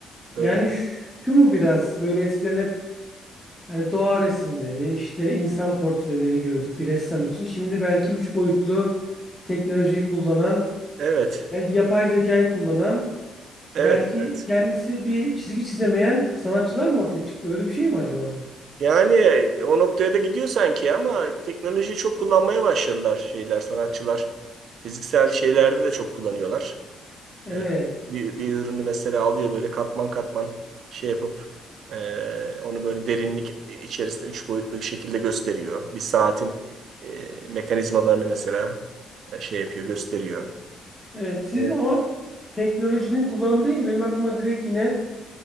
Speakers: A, on the right (about 65°); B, in the centre.
A: Böyle
B: Yani şu, şu mu biraz böyle eskiden hep hani doğa resimleri, işte insan portreleri gördük bir ressam için. Şimdi belki üç boyutlu teknolojiyi kullanan,
A: evet.
B: belki yapay zekayı kullanan,
A: Evet,
B: belki
A: evet.
B: kendisi bir çizgi çizemeyen sanatçılar mı ortaya çıktı? Öyle bir şey mi acaba bu?
A: Yani o noktaya da gidiyor sanki ama teknolojiyi çok kullanmaya başladılar şeyler, sanatçılar. Fiziksel şeylerde de çok kullanıyorlar.
B: Evet.
A: E, bir, bir ürünü mesela alıyor böyle katman katman şey yapıp e, onu böyle derinlik içerisinde üç boyutlu bir şekilde gösteriyor. Bir saatin e, mekanizmalarını mesela e, şey yapıyor, gösteriyor.
B: Evet siz
A: Evet,
B: ama teknolojinin kullanımı deyince benim aklıma direkt yine